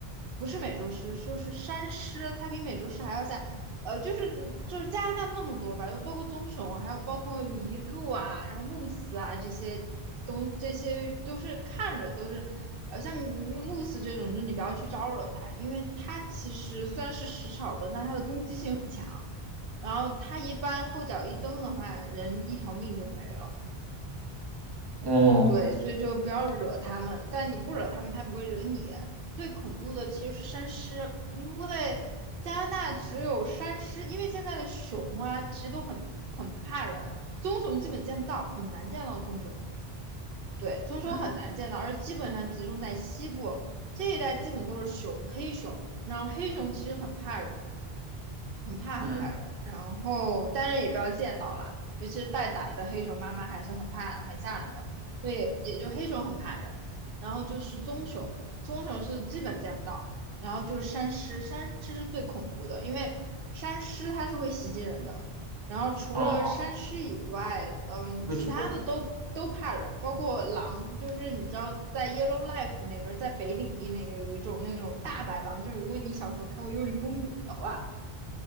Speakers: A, on the right (about 65°); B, on the right (about 25°).
A: 不是美洲狮，就是山狮，它比美洲狮还要像，呃，就是就是加拿大那么多吧，就包括棕熊，还有包括麋鹿啊，然后慕斯啊这些东，这些都是看着都是，呃，像慕斯这种，就是你不要去招惹它，因为它其实虽然是食草的，但它的攻击性很强，然后它一般后脚一蹬的话，人一条命就没了。
B: 哦，
A: 对，所以就不要惹他们，但你不惹他们，他不会惹你。最恐怖的其实是山狮，因为加拿大只有山狮，因为现在的熊啊，其实都很很怕人，棕熊基本见不到，很难见到棕熊。对，棕熊很难见到，
B: 嗯
A: 而基本上集中在西部这一带，基本都是熊、黑熊，然后黑熊其实很怕人。很怕很怕人，
B: 嗯
A: 然后当然也不要见到啦，尤其是带崽的黑熊妈妈还是很怕很吓人的，所以也也就黑熊很怕人，然后就是棕熊，棕熊是基本见不到，然后就是山狮，山狮是最恐怖的，因为山狮它是会袭击人的，然后除了山狮以外，
B: 哦，
A: 嗯，
B: 会主动，
A: 其他的都都怕人，包括狼，就是你知道在 y e l l o w k i f e 那边，在北领地那个有一种那种大白狼，就是如果你小时候看过《幽灵公主》的话。